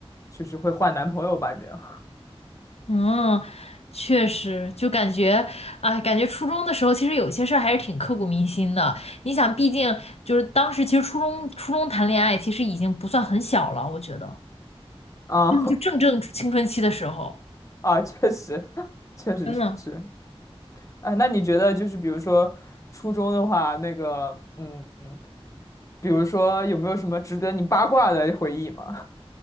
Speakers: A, on the left; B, on the left.
A: 就是会换男朋友吧，这样
B: 嗯，确实，就感觉，哎，感觉初中的时候，其实有些事儿还是挺刻骨铭心的。你想，毕竟就是当时，其实初中初中谈恋爱，其实已经不算很小了，我觉得，
A: 啊
B: 真的就正正青春期的时候，
A: <laughs> 啊，确实 <laughs> 确实是，
B: 真的。
A: 啊。那你觉得就是比如说初中的话，那个嗯，嗯比如说有没有什么值得你八卦的回忆吗？